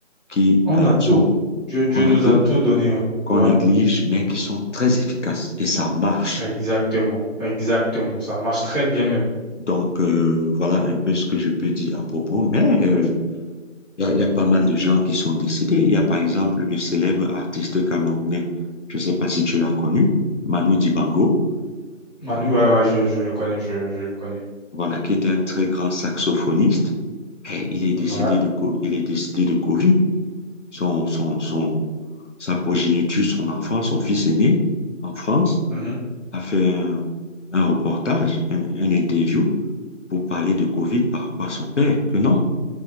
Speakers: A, on the left; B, on the left.
A: qui
B: On
A: euh,
B: a tout.
A: sont,
B: Dieu, Dieu
A: on
B: nous
A: a tout,
B: a tout donné. euh,
A: qu'on
B: Ouais.
A: néglige, mais qui sont très efficaces et ça marche.
B: Exactement, exactement, ça marche très bien même.
A: Donc, euh, voilà un peu ce que je peux dire à propos. Mais euh, il y a, y a pas mal de gens qui sont décédés. Il y a par exemple le célèbre artiste camerounais, je ne sais pas si tu l'as connu, Manu Dibango,
B: Manu,
A: euh,
B: ouais, ouais, je, je le connais, je, je le connais.
A: voilà, qui est un très grand saxophoniste. Et il est décédé
B: Ouais,
A: de, co- il est décédé de Covid. son, son, son- sa progéniture, son enfant, son fils aîné en France,
B: mhm,
A: a fait un, un reportage, un, un interview pour parler de Covid par rapport à son père, que non.